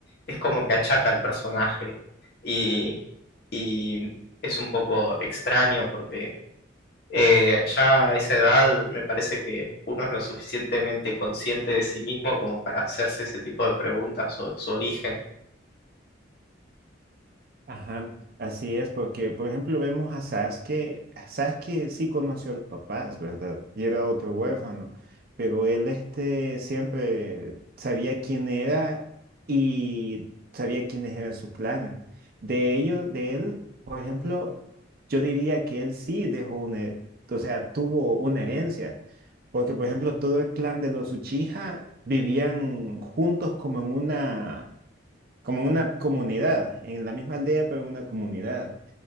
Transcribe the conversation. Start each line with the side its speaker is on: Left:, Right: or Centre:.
Left: es como que achata al personaje. Y, y es un poco extraño porque eh, ya a esa edad me parece que uno es lo suficientemente consciente de sí mismo como para hacerse ese tipo de preguntas sobre su origen.
Right: Ajá, así es, porque por ejemplo vemos a Sasuke, Sasuke sí conoció a los papás, ¿verdad? Y era otro huérfano, pero él este siempre sabía quién era y sabía quiénes eran su clan De ellos, de él, por ejemplo, yo diría que él sí dejó una, o sea, tuvo una herencia, porque por ejemplo todo el clan de los Uchiha vivían juntos como en una como en una comunidad, en la misma aldea, pero en una comunidad.